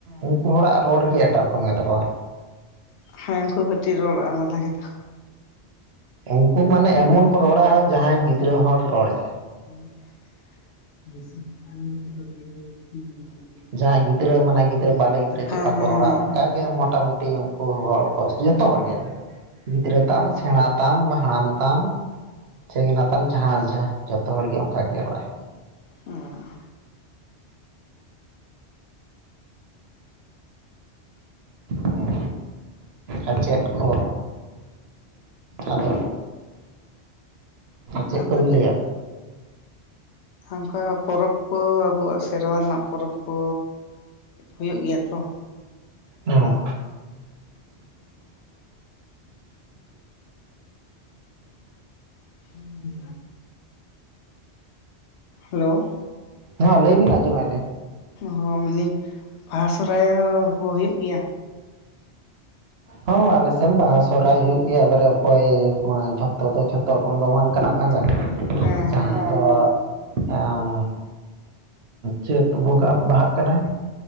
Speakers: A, on the right (about 70°); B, on the left (about 75°).
A: ᱩᱱᱠᱩ ᱦᱚᱲᱟᱜ ᱨᱚᱲ ᱜᱮ ᱮᱴᱟᱜ ᱨᱚᱠᱚᱢ ᱜᱮ ᱛᱟᱠᱚᱣᱟ᱾
B: ᱦᱮᱸ ᱩᱱᱠᱩ ᱠᱟᱹᱴᱤᱡ ᱨᱚᱲ ᱟᱞᱟᱫᱟ ᱠᱮᱫᱟ ᱠᱚ᱾
A: ᱩᱱᱠᱩ ᱢᱟᱱᱮ ᱮᱢᱚᱱ ᱠᱚ ᱨᱚᱲᱟ ᱡᱟᱦᱟᱸᱭ
B: <unintelligible>
A: ᱜᱤᱫᱽᱨᱟᱹ ᱦᱚᱲ ᱨᱚᱲᱮᱜᱼᱟ
B: <unintelligible>
A: ᱡᱟᱦᱟᱸᱭ ᱜᱤᱫᱽᱨᱟᱹ ᱢᱟᱱᱮ ᱜᱤᱫᱽᱨᱟᱹ ᱵᱟᱞᱮ ᱜᱤᱫᱽᱨᱟᱹ ᱪᱮᱫ
B: ᱦᱮᱸ
A: ᱞᱮᱠᱟ
B: ᱦᱮᱸ
A: ᱠᱚ ᱨᱚᱲᱟ,
B: ᱦᱮᱸ
A: ᱚᱱᱠᱟ
B: ᱦᱮᱸ
A: ᱜᱮ ᱢᱚᱴᱟᱢᱩᱴᱤ ᱩᱱᱠᱩ ᱦᱚᱲ ᱦᱚᱸ ᱡᱚᱛᱚ ᱦᱚᱲ ᱜᱮ ᱜᱤᱫᱽᱨᱟᱹ ᱛᱟᱢ, ᱥᱮᱬᱟ ᱛᱟᱢ, ᱦᱟᱲᱟᱢ ᱛᱟᱢ ᱪᱮᱸᱜᱱᱟ ᱛᱟᱢ ᱡᱟᱦᱟᱸ ᱡᱟᱦᱟ ᱡᱚᱛᱚ ᱦᱚᱲ ᱜᱮ ᱚᱱᱠᱟ ᱜᱮ ᱨᱚᱲᱟᱭ
B: ᱩᱸ
A: ᱦᱩᱸ ᱟᱨ ᱪᱮᱫ ᱠᱚ? ᱟᱫᱚ ᱪᱮᱜ
B: ᱟᱫᱚ
A: ᱠᱚ ᱵᱤᱱ ᱞᱟᱹᱭᱟ?
B: ᱚᱸᱠᱟ ᱯᱚᱨᱚᱵ ᱠᱚ ᱟᱵᱚᱣᱟᱜ ᱥ ᱥᱮᱨᱣᱟ ᱨᱮᱱᱟᱜ ᱯᱚᱨᱚᱵᱽ ᱠᱚ ᱦᱩᱭᱩᱜ ᱜᱮᱭᱟ ᱛᱚ?
A: ᱦᱩᱸ
B: <unintelligible> ᱦᱮᱞᱳ
A: ᱦᱚᱸ ᱞᱟᱹᱭ ᱵᱤᱱ ᱟᱸᱡᱚᱢᱮᱼᱟ ᱞᱤᱧ᱾
B: ᱦᱚᱸ ᱢᱮᱱᱤᱹᱧ ᱵᱟᱦᱟ ᱥᱚᱦᱚᱨᱟᱭ ᱠᱚ ᱦᱩᱭᱩᱜ ᱜᱮᱭᱟ?
A: ᱦᱚᱸ ᱟᱞᱮᱥᱮᱱ ᱵᱟᱦᱟ ᱥᱚᱦᱚᱨᱟᱭ ᱦᱩᱭᱩᱜ ᱜᱮᱭᱟ᱾ ᱮᱵᱟᱨᱮ ᱚᱠᱚᱭ ᱡᱷᱚᱛᱚ ᱫᱚ ᱡᱷᱚᱛᱚ ᱨᱚᱠᱚᱢ ᱫᱚ ᱵᱟᱝ ᱠᱟᱱᱟ ᱠᱚ ᱦᱮᱸᱥᱮ
B: ᱦᱮᱸ
A: ᱡᱟᱦᱟᱸᱭᱟ
B: ᱦᱮᱸ
A: ᱫᱚ ᱟᱸᱩᱸ ᱪᱟᱹᱛ ᱵᱚᱸᱜᱟ ᱵᱟᱦᱟᱜ ᱠᱟᱱᱟᱭ